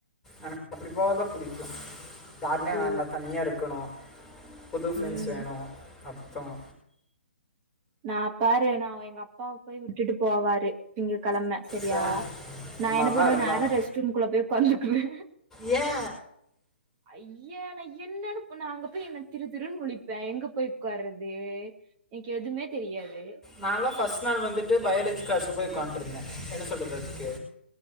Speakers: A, in the centre; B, on the right (about 25°).
A: எனக்கு அப்டி போகதா புடிக்கும் யாருமே
B: ஓ
A: வேண்டா தனியா இருக்கணும் புது ஃப்ரெண்ட்ஸ்
B: ம்
A: வேணும் அப்புறம்
B: நா பாரு நா எங்க அப்பாவ போயி விட்டுட்டு போவாரு திங்ககெழம சரியா
A: சார் இந்த
B: நா
A: மாதிரிலாம்
B: என்ன பண்ணுவே
A: இருந்தான்
B: நாலா ரெஸ்ட் ரூம்க்குள்ள போயி உக்காந்துக்குவ
A: யா
B: ஐயே நா என்னான்னு நா அங்க போயி என்ன திரு திருன்னு முளிப் பன் எங்க போயி உக்காறது எனக்கு எதுமே தெரியாது
A: நாலாம் ஃபஸ்ட் நாள் வந்துட்டு பயோலஜி கிளாஸ்ல போயி உக்கான்ட்டுருந்த என்ன சொல்றது அதுக்கு